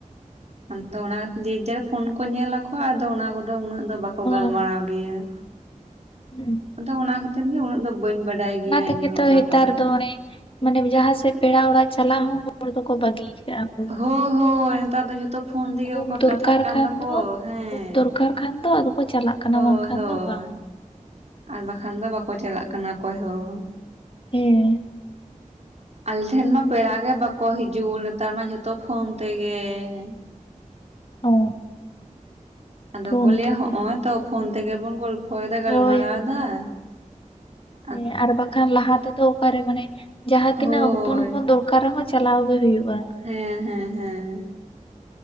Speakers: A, on the right; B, on the left.
A: ᱟᱫᱚ ᱚᱱᱟ ᱡᱮ ᱡᱟᱨ ᱯᱷᱳᱱ ᱠᱚ ᱧᱮᱞᱟᱠᱚ ᱟᱫᱚ ᱚᱱᱟ ᱠᱚᱫᱚ ᱩᱱᱟᱹᱜ ᱫᱚ ᱵᱟᱠᱚ
B: ᱦᱚᱸ
A: ᱜᱟᱞᱢᱟᱨᱟᱣ ᱜᱮᱭᱟ ᱾
B: ᱦᱩᱸ
A: ᱟᱫᱚ ᱚᱱᱟ ᱠᱷᱟᱹᱛᱤᱨ ᱜᱮ ᱩᱱᱟᱹᱜ ᱫᱚ ᱵᱟᱹᱧ ᱵᱟᱰᱟᱭ ᱜᱮᱭᱟ
B: ᱚᱱᱟ ᱛᱮᱜᱮ
A: ᱤᱧ ᱫᱚ
B: ᱛᱚ
A: ᱚᱱᱟ
B: ᱦᱮᱛᱟᱨ
A: ᱠᱚᱫᱚ
B: ᱫᱚ ᱢᱟᱱᱮ ᱢᱟᱱᱮ ᱡᱟᱦᱟᱸ ᱥᱮᱫ ᱯᱮᱲᱟ ᱚᱲᱟᱜ ᱪᱟᱞᱟᱜ ᱦᱚᱸ ᱦᱚᱲ ᱫᱚᱠᱚ ᱵᱟᱹᱜᱤ ᱠᱟᱜᱼᱟ ᱾
A: ᱦᱳ ᱦᱳᱭ ᱱᱮᱛᱟᱨ ᱫᱚ ᱡᱚᱛᱚ ᱯᱷᱳᱱ ᱛᱮᱜᱮ
B: ᱠᱷᱩᱵ
A: ᱠᱚ
B: ᱫᱚᱨᱠᱟᱨ
A: ᱠᱟᱛᱷᱟᱜ ᱠᱟᱱ
B: ᱠᱷᱟᱱ
A: ᱫᱚᱠᱚ
B: ᱫᱚ
A: ᱦᱮᱸ
B: ᱠᱷᱩᱵ ᱫᱚᱨᱠᱟᱨ ᱠᱷᱟᱱ ᱫᱚ ᱟᱫᱚ ᱠᱚ ᱪᱟᱞᱟᱜ ᱠᱟᱱᱟ
A: ᱦᱳᱭ
B: ᱵᱟᱝᱠᱷᱟᱱ
A: ᱦᱳᱭ
B: ᱫᱚ ᱵᱟᱝ
A: ᱟᱨ ᱵᱟᱠᱷᱟᱱ ᱫᱚ ᱵᱟᱠᱚ ᱪᱟᱞᱟᱜ ᱠᱟᱱᱟ ᱚᱠᱚᱭ ᱦᱚᱸ
B: ᱦᱮᱸ
A: ᱟᱞᱮ ᱴᱷᱮᱱ ᱢᱟ ᱯᱮᱲᱟ ᱜᱮ ᱵᱟᱠᱚ ᱦᱤᱡᱩᱜ ᱱᱮᱛᱟᱨ ᱢᱟ ᱡᱷᱚᱛᱚ ᱯᱷᱳᱱ ᱛᱮᱜᱮ ᱾
B: ᱚ
A: ᱟᱫᱚ
B: ᱯᱷᱳᱱ
A: ᱠᱚ ᱞᱟᱹᱭᱟ
B: ᱛᱮᱜᱮ
A: ᱦᱚᱸᱜᱼᱚᱭ ᱛᱚ ᱯᱷᱳᱱ ᱛᱮᱜᱮ ᱵᱚᱱ ᱜᱚᱞᱯᱷᱚᱭᱮᱫᱟ ᱜᱟᱞᱢᱟᱨᱟᱣ
B: ᱦᱳᱭ ᱦᱳᱭ
A: ᱫᱟ ᱾
B: ᱦᱮᱸ ᱟᱨ ᱵᱟᱠᱷᱟᱱ ᱞᱟᱦᱟᱛᱮ ᱛᱚ ᱚᱠᱟᱨᱮ ᱢᱟᱱᱮ ᱡᱟᱦᱟᱸ ᱛᱤᱱᱟᱹᱜ
A: ᱦᱳᱭ
B: ᱦᱚᱯᱚᱱ ᱦᱚᱯᱚᱱ ᱫᱚᱨᱠᱟᱨ ᱨᱮᱦᱚᱸ ᱪᱟᱞᱟᱣ ᱜᱮ ᱦᱩᱭᱩᱜᱼᱟ ᱾
A: ᱦᱮᱸᱻᱦᱮᱸᱻᱦᱮᱸᱻ